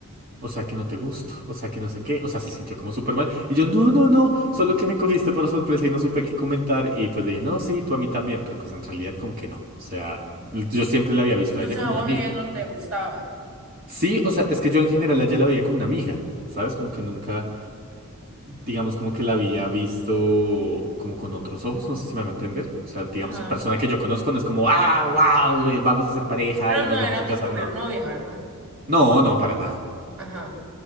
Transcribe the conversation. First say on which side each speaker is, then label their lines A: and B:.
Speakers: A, on the right (about 40°); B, on the right (about 80°).
A: o sea que no te gusto, o sea que no sé qué, o sea se sintió como súper mal. Y yo, no, no, no, solo que me cogiste por sorpresa y no supe qué comentar. Y pues le dije, no, sí, tú a mí también, pero pues en realidad como que no. O sea, yo siempre la había visto
B: Entonces
A: a ella como
B: a vos
A: una amiga.
B: ella no te gustaba.
A: Sí, o sea, es que yo en general a ella la veía como una amiga, ¿sabes? Como que nunca... digamos, como que la había visto como con otros ojos, no sé si me hago entender. O sea, digamos
B: Ajá.
A: que persona que yo conozco no es como, ah, wow, vamos a ser pareja
B: Pero
A: y nos
B: no
A: vamos
B: era
A: a casar.
B: tu primera
A: No,
B: novia, ¿verdad?
A: no, no, para nada.
B: Ajá.